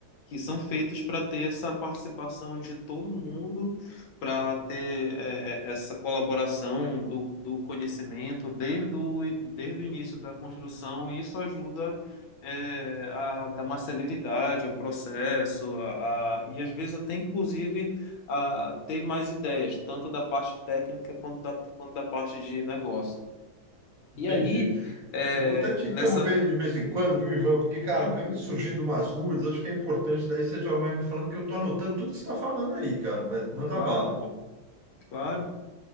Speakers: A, on the left; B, on the right.
A: que são feitas para ter essa participação de todo mundo, para ter é, é, essa colaboração do, do conhecimento desde o, desde o início da construção, e isso ajuda é, a dar mais celeridade ao processo, a, a- e às vezes até inclusive a ter mais ideias, tanto da parte técnica quanto da, quanto da parte de negócio.
B: Entendi.
A: E aí, é,
B: Eu vou até te
A: nessa.
B: interrompendo de vez em quando, viu, Ivan? Porque, cara,
A: Tranquilo.
B: vai me surgindo umas dúvidas, acho que é importante, daí você já vai me falando que eu tô anotando tudo que você está falando aí, cara, mas manda
A: Claro,
B: bala.
A: pô, claro.